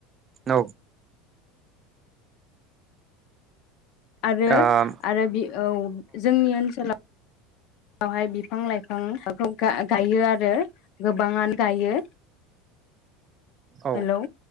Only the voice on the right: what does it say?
औ
आं
औ